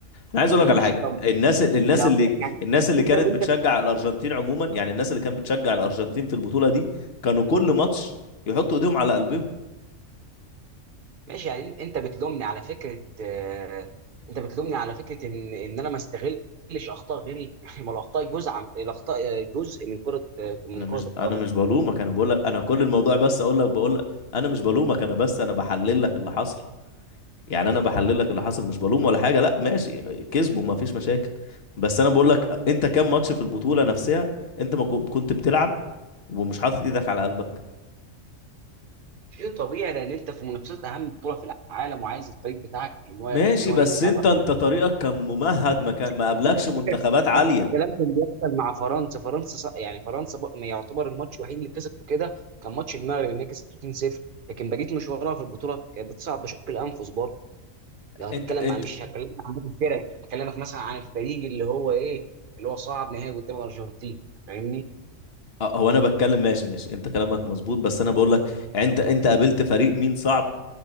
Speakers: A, on the left; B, on the right.
A: انا عايز اقول
B: ماشي
A: لك على حاجه
B: طب
A: الناس الناس
B: العقاب
A: اللي
B: يعني
A: الناس اللي
B: انت
A: كانت
B: انت
A: بتشجع الارجنتين عموما يعني الناس اللي كانت بتشجع الارجنتين في البطوله دي كانوا كل ماتش يحطوا ايديهم على قلبهم
B: ماشي يعني انت بتلومني على فكره آه، انت بتلومني على فكره ان ان انا ما استغلش اخطاء غيري <laughs> ما الاخطاء جزء عم... الاخطاء آه، جزء من كره آه، من
A: انا مش
B: كره القدم
A: انا مش بلومك انا بقول لك انا كل الموضوع بس اقول لك بقول لك انا مش بلومك انا بس انا بحلل لك اللي حصل يعني انا بحلل لك اللي حصل مش بلوم ولا حاجه لا ماشي كسبوا ما فيش مشاكل بس انا بقول لك انت كام ماتش في البطوله نفسها انت ما كو- كنت بتلعب ومش حاطط ايدك على قلبك
B: شيء طبيعي لان انت في منافسات اهم بطوله في العالم وعايز الفريق بتاعك ان هو ان
A: ماشي
B: هو
A: بس
B: يكسبها
A: انت انت طريقك كان ممهد ما
B: نفس
A: كان ما قابلكش
B: الكلام على
A: منتخبات
B: فكرة،
A: عاليه
B: نفس الكلام كان بيحصل مع فرنسا فرنسا ص- يعني فرنسا ب- ما يعتبر الماتش الوحيد اللي كسبته كده كان ماتش المغرب ان هي كسبته 2-0 لكن بقيت مشوارها في البطوله كانت بتصعد بشق الانفس برضه لو هتتكلم
A: انت انت
B: عن مش هكلمك عن باقي الفرق هكلمك مثلا عن الفريق اللي هو ايه اللي هو صعد نهائي قدام الارجنتين فاهمني
A: اه، هو انا بتكلم ماشي ماشي انت كلامك مظبوط بس انا بقول لك يعني انت انت قابلت فريق مين صعب